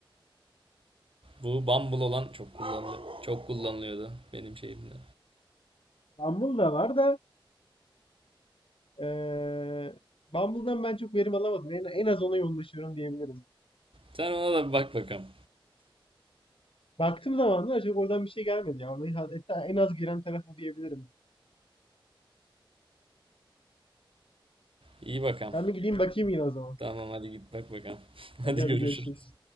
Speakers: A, on the right (about 80°); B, on the left (about 80°).
A: Bu Bumble olan çok kullanılıyor. Çok kullanılıyordu benim şeyimde.
B: Bumble da var da eee Bumble'dan ben çok verim alamadım. En, en az ona yoğunlaşıyorum diyebilirim.
A: Sen ona da bir bak bakalım.
B: Baktığım zaman da acaba oradan bir şey gelmedi ya. Orada hatta en az giren taraf o diyebilirim.
A: İyi bakalım.
B: Ben bir gideyim bakayım yine o zaman.
A: Tamam hadi git bak bakalım. <laughs>
B: Hadi
A: Hadi
B: hadi
A: görüşürüz.
B: görüşürüz.